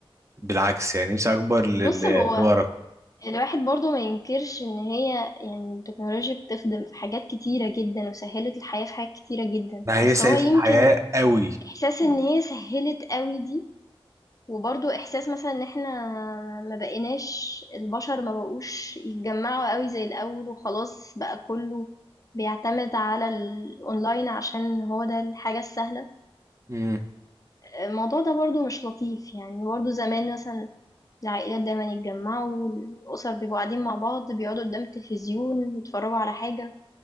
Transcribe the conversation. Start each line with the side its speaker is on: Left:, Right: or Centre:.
Right: بالعكس يعني نفسي اكبر ل-
Left: بص
Right: ل-
Left: هو
Right: لورا
Left: الواحد برضو ما ينكرش ان هي يعني التكنولوجيا بتخدم في حاجات كتيرة جدا وسهلت الحياة في حاجات كتيرة جدا
Right: ما
Left: بس
Right: هي سعيده
Left: هو يمكن
Right: الحياه قوي
Left: احساس ان هي سهلت قوي دي وبرضو احساس مثلا ان احنا ما بقيناش البشر ما بقوش يتجمعوا قوي زي الاول وخلاص بقى كله بيعتمد على الاونلاين عشان هو ده الحاجة السهلة
Right: امم
Left: الموضوع ده برضو مش لطيف يعني برضو زمان مثلا العائلات دايما يتجمعوا الأسر بيبقوا قاعدين مع بعض بيقعدوا قدام التلفزيون يتفرجوا على حاجة